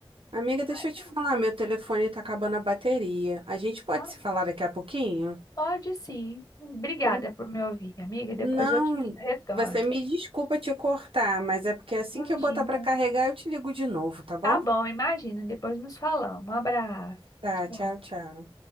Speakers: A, on the right; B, on the left.
A: Amiga, deixa
B: Mas,
A: eu te
B: assim,
A: falar, meu telefone tá acabando a bateria. A gente pode
B: ah,
A: se falar daqui a pouquinho?
B: pode sim. Obrigada
A: Hum,
B: por me ouvir, amiga. Depois
A: Não,
B: eu te retorno.
A: você me desculpa te cortar, mas é porque assim
B: Imagina.
A: que eu botar pra carregar, eu te ligo de novo, tá bom?
B: Tá bom, imagina. Depois nos falamos. Um abraço.
A: Tá,
B: Tchau.
A: tchau, tchau.